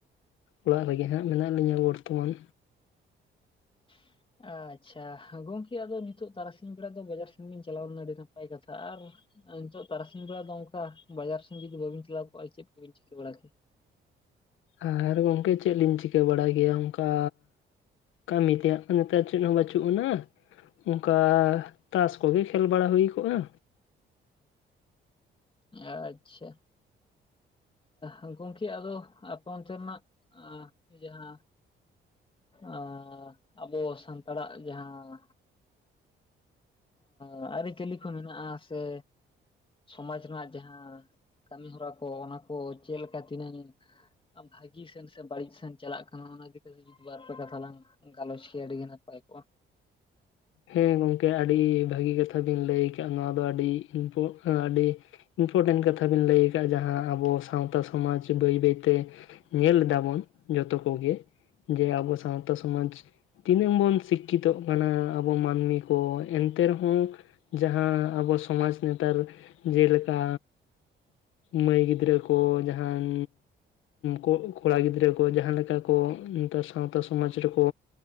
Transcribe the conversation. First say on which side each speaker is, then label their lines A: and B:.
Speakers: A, on the left; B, on the left.
A: ᱚᱲᱟᱜ ᱨᱮᱜᱮ ᱦᱟᱸᱜ ᱢᱮᱱᱟᱜ ᱞᱤᱧᱟᱹ ᱵᱚᱨᱛᱚᱢᱟᱱ
B: <inaudible> ᱟᱪᱪᱷᱟ ᱜᱚᱝᱠᱮ ᱟᱫᱚ ᱱᱤᱛᱚᱜ ᱛᱟᱨᱟᱥᱤᱧ ᱵᱮᱲᱟ ᱫᱚ ᱵᱟᱡᱟᱨ ᱥᱮᱱ ᱵᱤᱱ ᱪᱟᱞᱟᱣ ᱞᱮᱱᱟ ᱟᱹᱰᱤ ᱱᱟᱯᱟᱭ ᱠᱟᱛᱷᱟ ᱟᱨ ᱱᱤᱛᱚᱜ ᱛᱟᱨᱟᱥᱤᱧ ᱵᱮᱲᱟ ᱫᱚ ᱚᱝᱠᱟ ᱵᱟᱡᱟᱨ ᱥᱮᱱ ᱡᱩᱫᱤ ᱵᱟᱹᱵᱤᱱ ᱪᱟᱞᱟᱣ ᱠᱚᱜᱼᱟ ᱪᱮᱫ ᱠᱚᱵᱤᱱ ᱪᱤᱠᱟᱹ ᱵᱟᱲᱟ ᱠᱮᱭᱟ?
A: ᱟᱨ ᱜᱚᱝᱠᱮ ᱪᱮᱫ ᱞᱤᱧ ᱪᱤᱠᱟᱹ ᱵᱟᱲᱟᱭ ᱜᱮᱭᱟ ᱚᱝᱠᱟ ᱠᱟᱹᱢᱤ ᱛᱮᱭᱟᱜ ᱱᱮᱛᱟᱨ ᱪᱮᱫ ᱦᱚᱸ ᱵᱟᱹᱪᱩᱜ ᱟᱱᱟ ᱚᱝᱠᱟ ᱛᱟᱥ ᱠᱚᱜᱮ ᱠᱷᱮᱹᱞ ᱵᱟᱲᱟ ᱦᱩᱭ ᱠᱚᱜᱼᱟ
B: ᱟᱪᱪᱷᱟ ᱮᱸᱜ ᱜᱚᱝᱠᱮ ᱟᱫᱚ ᱟᱯᱮ ᱚᱱᱛᱮᱱᱟᱜ‌ ᱮᱸᱜ ᱡᱟᱦᱟᱸ ᱮᱸ, ᱟᱵᱚ ᱥᱟᱱᱛᱟᱲᱟᱜ ᱡᱟᱦᱟᱸ ᱚ ᱟᱹᱨᱤᱪᱟᱹᱞᱤ ᱠᱚ ᱢᱮᱱᱟᱜᱼᱟ ᱥᱮ ᱥᱚᱢᱟᱡᱽ ᱨᱮᱱᱟᱜ ᱡᱟᱦᱟᱸ ᱠᱟᱹᱢᱤ ᱦᱚᱨᱟ ᱠᱚ ᱚᱱᱟ ᱠᱚ ᱪᱮᱫ ᱞᱮᱠᱟ ᱛᱤᱱᱟᱹᱝ ᱵᱷᱟᱜᱤ ᱥᱮᱱ ᱥᱮ ᱵᱟᱹᱲᱤᱡ ᱥᱮᱱ ᱪᱟᱞᱟᱜ ᱠᱟᱱᱟ ᱚᱱᱟᱜᱮ ᱫᱟᱹᱭ ᱢᱤᱫ ᱵᱟᱨ ᱯᱮ ᱠᱟᱛᱷᱟ ᱞᱟᱝ ᱜᱟᱞᱚᱪ ᱠᱮᱭᱟ ᱟᱹᱰᱤᱜᱮ ᱱᱟᱯᱟᱭ ᱠᱚᱜᱼᱟ
A: ᱦᱩᱸ ᱜᱚᱝᱠᱮ ᱟᱹᱰᱤ ᱵᱷᱟᱹᱜᱤ ᱠᱟᱛᱷᱟ ᱵᱤᱱ ᱞᱟᱹᱭ ᱟᱠᱟᱫ ᱱᱚᱣᱟ ᱫᱚ ᱟᱹᱰᱤ ᱤᱢᱯᱚ ᱟᱹᱰᱤ ᱤᱢᱯᱚᱨᱴᱮᱱᱴ ᱠᱟᱛᱷᱟ ᱵᱤᱱ ᱞᱟᱹᱭ ᱟᱠᱟᱫᱼᱟ ᱡᱟᱦᱟᱸ ᱟᱵᱚ ᱥᱟᱶᱛᱟ ᱥᱚᱢᱟᱡᱽ ᱵᱟᱹᱭ ᱵᱟᱹᱭᱛᱮ ᱧᱮᱞ ᱫᱟᱵᱚᱱ ᱡᱚᱛᱚ ᱠᱚᱜᱮ ᱡᱮ ᱟᱵᱚ ᱥᱟᱶᱛᱟ ᱥᱚᱢᱟᱡᱽ ᱛᱤᱱᱟᱹᱜ ᱵᱚᱱ ᱥᱤᱠᱠᱷᱤᱛᱚᱜ ᱠᱟᱱᱟ ᱟᱵᱚ ᱢᱟᱹᱱᱢᱤ ᱠᱚ ᱮᱱᱛᱮ ᱨᱮᱦᱚᱸ ᱡᱟᱦᱟᱸ ᱟᱵᱚ ᱥᱚᱢᱟᱡᱽ ᱱᱮᱛᱟᱨ ᱡᱮᱞᱮᱠᱟ ᱢᱟᱹᱭ ᱜᱤᱫᱽᱨᱟᱹ ᱠᱚ ᱡᱟᱦᱟᱱ ᱠᱚᱜ ᱠᱚᱲᱟ ᱜᱤᱫᱽᱨᱟᱹ ᱠᱚ ᱡᱟᱦᱟᱸ ᱞᱮᱠᱟ ᱠᱚ ᱱᱮᱛᱟᱨ ᱥᱟᱶᱛᱟ ᱥᱚᱢᱟᱡᱽ ᱨᱮᱠᱚ